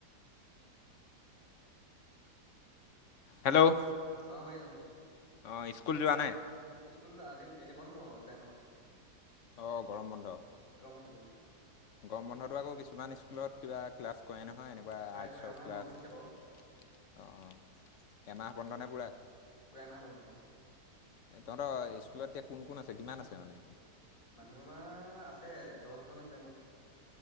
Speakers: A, on the left; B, on the left.
A: হেল্ল'
B: অ শুনিছোঁ শুনিছোঁ
A: অ স্কুল যোৱা নাই?
B: স্কুল আজি এতিয়া বন্ধ হব জুলাই মাহত।
A: অঁ গৰম বন্ধ।
B: গৰম বন্ধ গৰম বন্ধ
A: গৰম বন্ধটো আকৌ কিছুমান স্কুলত কিবা ক্লাছ কৰে নহয় এনেকুৱা
B: কৰে
A: আৰ্টচৰ
B: কৰে আমাৰ
A: ক্লাছ
B: বন্ধ দিছে বাৰু
A: অহ বন্ধনে পোৰা
B: পোৰা এমাহ বন্ধ।
A: তহঁতৰ স্কুলত এতিয়া কোন কোন আছে কিমান আছে মানে
B: মানুহ আমাৰ আছে দহ জন আছে মুঠ।